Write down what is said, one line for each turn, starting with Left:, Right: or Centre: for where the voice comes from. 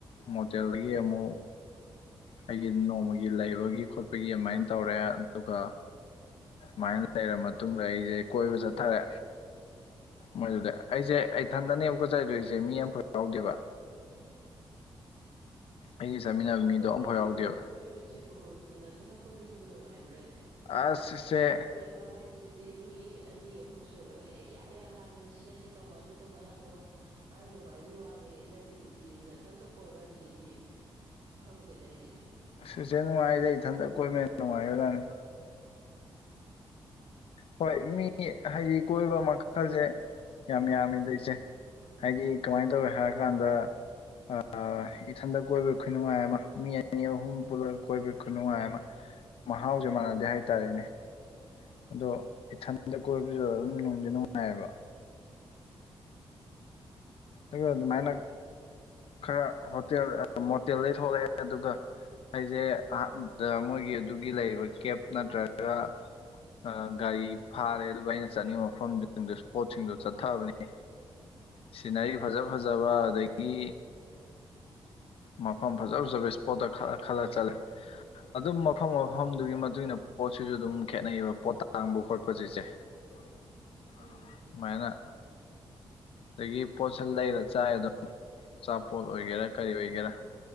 Left: ꯃꯣꯗꯦꯜꯗꯒꯤ ꯑꯃꯨꯛ ꯑꯩꯒꯤ ꯅꯣꯡꯃꯒꯤ ꯂꯩꯕꯒꯤ ꯈꯣꯠꯄꯒꯤ ꯑꯗꯨꯃꯥꯏꯟ ꯇꯧꯔꯦ ꯑꯗꯨꯒ ꯁꯨꯃꯥꯏꯅ ꯂꯩꯔ ꯃꯇꯨꯡꯗ ꯑꯩꯁꯦ ꯀꯣꯏꯕ ꯆꯠꯊꯔꯦ ꯃꯣꯏꯗꯨꯗ ꯑꯩꯁꯦ ꯑꯩꯊꯟꯗꯅꯦꯕꯀꯣ ꯆꯠꯂꯤꯗꯣ ꯏꯆꯦ ꯃꯤ ꯑꯝꯐꯥꯎ ꯌꯥꯎꯗꯦꯕ ꯑꯩꯒ ꯆꯠꯃꯤꯟꯅꯕ ꯃꯤꯗꯣ
Right: ꯀꯣꯏꯕꯖꯤꯕꯨ
Left: ꯑꯃꯐꯥꯎ ꯌꯥꯎꯗꯦꯕ
Right: ꯀꯣꯏꯕꯖꯤꯕꯨ ꯅꯊꯟꯗ ꯀꯣꯏꯕꯖꯤꯕꯨ ꯅꯨꯡꯉꯥꯏꯕ꯭ꯔꯥꯅꯦ
Left: ꯑꯁ ꯏꯆꯦ
Right: ꯕ ꯍꯥꯏꯁꯤꯗꯤ ꯃꯤ ꯑꯅꯤ ꯑꯍꯨꯝ ꯁꯨꯔꯒ ꯑꯦ ꯌꯥ ꯌꯥ ꯂꯥꯡꯗꯅ ꯁꯤꯅ ꯁꯤ ꯇꯧꯕ ꯑꯗꯨ ꯇꯧꯕ ꯑꯗꯥ ꯇꯧꯕ ꯍꯥꯏ ꯅꯨꯡꯉꯥꯏꯕꯩ ꯋꯥꯅꯤ ꯅꯪꯒꯤꯗꯨꯗꯤ ꯅꯊꯟꯇ ꯀꯣꯏꯕ ꯍꯥꯏꯁꯤꯗꯤ ꯈꯪꯗꯦꯗ ꯑꯩꯗꯤ
Left: ꯑꯁ ꯏꯆꯦ ꯅꯨꯡꯉꯥꯏꯗ ꯏꯊꯟꯇ ꯀꯣꯏꯕꯅ ꯍꯦꯟꯅ ꯅꯪꯉꯥꯏꯒ꯭ꯔ ꯖꯥꯠꯅꯤ ꯍꯣꯏ ꯃꯤ ꯍꯥꯏꯗꯤ ꯀꯣꯏꯕ ꯃꯈꯜꯁꯦ ꯌꯥꯝ ꯌꯥꯝꯃꯤꯗ ꯏꯆꯦ ꯍꯥꯏꯗꯤ ꯀꯃꯥꯏꯟ ꯇꯧꯋꯦ ꯍꯥꯏꯔꯀꯥꯟꯗ ꯑꯥ ꯏꯊꯟꯗ ꯀꯣꯏꯕꯩ ꯈꯨꯅꯨꯡꯉꯥꯏ ꯑꯃ ꯃꯤ ꯑꯅꯤ ꯑꯍꯨꯝ ꯄꯨꯜꯂꯒ ꯀꯣꯏꯕꯩ ꯈꯨꯅꯨꯡꯉꯥꯏ ꯑꯃ ꯃꯍꯥꯎꯖꯦ ꯃꯥꯟꯅꯗꯦ ꯍꯥꯏꯇꯥꯔꯦꯅꯦ ꯑꯗꯣ ꯏꯊꯟꯗ ꯀꯣꯏꯕꯁꯤꯖꯨ ꯑꯗꯨꯝ ꯅꯨꯡꯗꯤ ꯅꯨꯡꯉꯥꯏꯑꯕ ꯅꯪꯖꯨ ꯑꯗꯨꯃꯥꯏꯅ ꯈꯔ ꯍꯣꯇꯦꯜ ꯑ ꯃꯣꯇꯦꯜꯗꯩ ꯊꯣꯛꯂꯛꯑꯦ ꯑꯗꯨꯒ ꯑꯩꯖꯦ ꯑꯍꯥꯟꯕꯗ ꯃꯣꯏꯒꯤ ꯑꯗꯨꯒꯤ ꯂꯩꯔꯤꯕ ꯀꯦꯞ ꯅꯠꯇ꯭ꯔꯒ ꯑ ꯒꯥꯔꯤ ꯐꯥꯔꯦ ꯑꯗꯨꯒ ꯑꯩꯅ ꯆꯠꯅꯤꯡꯕ ꯃꯐꯝꯁꯤꯡꯗ ꯁꯄꯣꯠꯁꯤꯡꯗꯨ ꯆꯠꯊꯕꯅꯤ ꯁꯤꯅꯔꯤ ꯐꯖ ꯐꯖꯕ ꯑꯗꯒꯤ ꯃꯐꯝ ꯐꯖ ꯐꯖꯕ ꯏꯁꯄꯣꯠꯇ ꯈꯜꯂ ꯈꯜꯂ ꯆꯠꯂꯦ ꯑꯗꯨꯝ ꯃꯐꯝ ꯃꯐꯝꯗꯨꯒꯤ ꯃꯇꯨꯡ ꯏꯟꯅ ꯄꯣꯠꯁꯤꯁꯨ ꯑꯗꯨꯝ ꯈꯦꯠꯅꯩꯑꯕ ꯄꯣꯠ ꯇꯥꯡꯕ ꯈꯣꯠꯄꯁꯦ ꯏꯆꯦ <unintelligible>
Right: ꯎꯝ
Left: ꯃꯥꯏꯅ ꯑꯗꯒꯤ ꯄꯣꯠꯁꯟ ꯂꯩꯔ ꯆꯥꯏ ꯑꯗꯨꯝ ꯑꯆꯥꯄꯣꯠ ꯑꯣꯏꯒꯦꯔꯥ ꯀꯔꯤ ꯑꯣꯏ ꯒꯦꯔꯥ